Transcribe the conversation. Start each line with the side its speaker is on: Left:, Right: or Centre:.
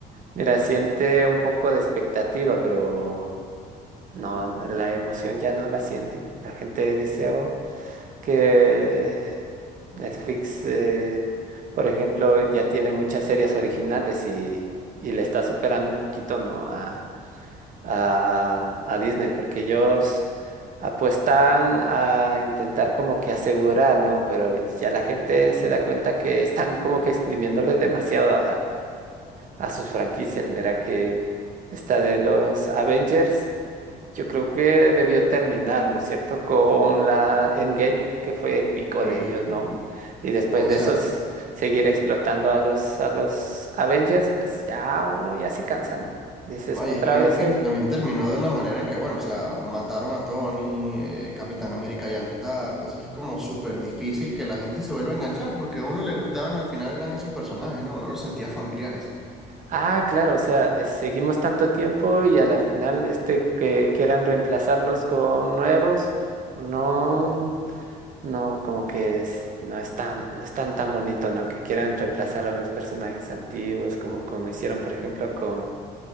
Right: Mira, siente un poco de expectativa, pero no, no, la emoción ya no la sienten. La gente dice "Oh, que Netflix, eh, por ejemplo, ya tiene muchas series originales y, y le está superando un poquito, ¿no? a, a a Disney, porque ellos apuestan a intentar como que asegurar, ¿no? Pero ya la gente se da cuenta que están como que exprimiéndole demasiado a sus franquicias. Mira que esta de los Avengers, yo creo que debió terminar, ¿no es cierto?, con la Endgame, que fue el pico
Centre: Sí,
Right: de ellos,
Centre: sí.
Right: ¿no? Y después
Centre: O
Right: de
Centre: sea,
Right: eso, s- seguir explotando a los, a los Avengers, pues ya uno ya se cansa, ¿no? Dices,
Centre: No,
Right: otra
Centre: y es que
Right: vez,
Centre: Endgame
Right: eh,
Centre: también terminó de una manera en que, bueno, o sea, mataron a Tony, eh, Capitán América ya no está, entonces es como súper difícil que la gente se vuelva a enganchar, porque a uno le gustaban al final eran esos personajes, ¿no? Uno los sentía familiares.
Right: Ah, claro, o sea, eh, seguimos tanto tiempo y a la final, este que quieran reemplazarlos con nuevos, no, no, como que es, no es tan, no es tan tan bonito, ¿no? Que quieran reemplazar a los personajes antiguos, como, como hicieron, por ejemplo, con